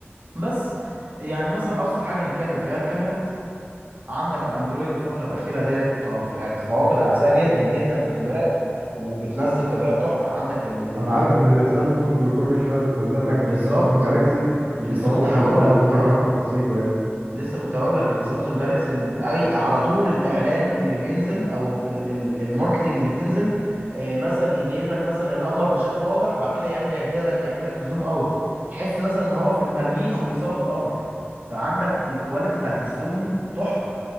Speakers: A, on the right; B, on the right.
A: بس يعني مثلا ابسط حاجه نتكلم فيها الكاميرات عندك الاندرويد الفتره الاخيره ديت تف... يعني تفوقت على نفسها جدا جدا في الكاميرات وبتنزل كاميرات تحفه عندك ال... ال...
B: انا عارف ان زي سامسونج كل شويه بتنزل لك
A: بالظبط
B: سامسونج جالاكسي
A: لسه
B: بيصور
A: كنت
B: لك
A: هقول
B: القمر
A: لك
B: ويجيب
A: اه
B: لك تفاصيله يعني
A: لسه كنت هقول لك السامسونج جالاكسي اي على طول الاعلان اللي بينزل او ال- ال- الماركتنج اللي بتنزل إيه، مثلا يجيب لك مثلا القمر بشكل واضح بعد كده يعمل يبدا لك يعمل لك زوم اوت تحس مثلا ان هو في المريخ وبيصور القمر فعندك الكواليتي بتاعت الزوم تحفه